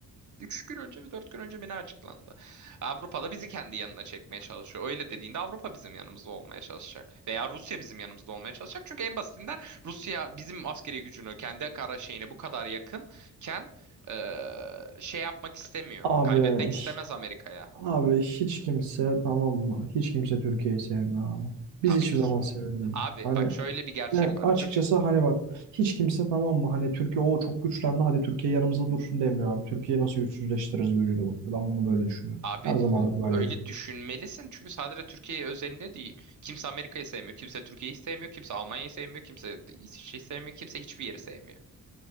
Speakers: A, on the right; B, on the right.
A: 3 gün önce mi 4 gün önce mi ne açıklandı? Avrupa'da bizi kendi yanına çekmeye çalışıyor. Öyle dediğinde Avrupa bizim yanımızda olmaya çalışacak. Veya Rusya bizim yanımızda olmaya çalışacak. Çünkü en basitinden Rusya bizim askeri gücünü kendi kara şeyine bu kadar yakınken eee, şey yapmak istemiyor.
B: Abi
A: Kaybetmek istemez Amerika'ya.
B: Abi hiç kimse tamam mı? Hiç kimse Türkiye'yi sevmiyor abi. Biz
A: Tabii.
B: hiçbir zaman sevilmedik.
A: Abi
B: Hani
A: bak şöyle bir gerçek
B: ve
A: var.
B: açıkçası
A: Türk
B: hani bak hiç kimse tamam mı? Hani Türkiye o çok güçlendi hadi Türkiye yanımızda dursun demiyor abi. Türkiye'yi nasıl güçsüzleştiririz gözüyle bakıyor. Ben bunu böyle düşünüyorum.
A: Abi
B: Her zaman bu böyleydi.
A: öyle düşünmelisin çünkü sadece Türkiye özelinde değil. Kimse Amerika'yı sevmiyor, kimse Türkiye'yi sevmiyor, kimse Almanya'yı sevmiyor, kimse İsviçre'yi sevmiyor, kimse hiçbir yeri sevmiyor.